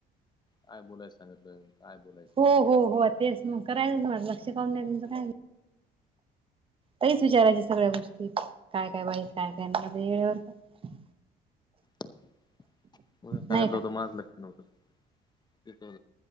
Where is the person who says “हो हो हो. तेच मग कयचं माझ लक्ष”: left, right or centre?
Right